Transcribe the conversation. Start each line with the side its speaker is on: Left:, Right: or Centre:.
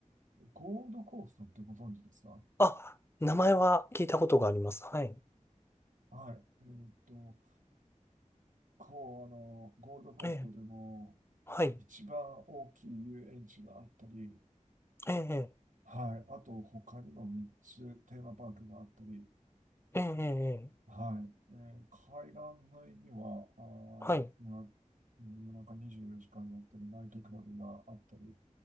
Right: ゴールドコーストってご存知ですか
Left: あ、名前は聞いたことがあります。はい。
Right: はい。えーっと、こう、あの、ゴールドコーストでも
Left: ええ、はい。
Right: 一番大きい遊園地があったり、
Left: ええ、
Right: はい。あと、他にも3つテーマパークがあったり、
Left: ええ、ええ、ええ
Right: はい。えー海岸沿いには、あ
Left: はい。
Right: ー、な夜中24時間やってるナイトクラブがあったり、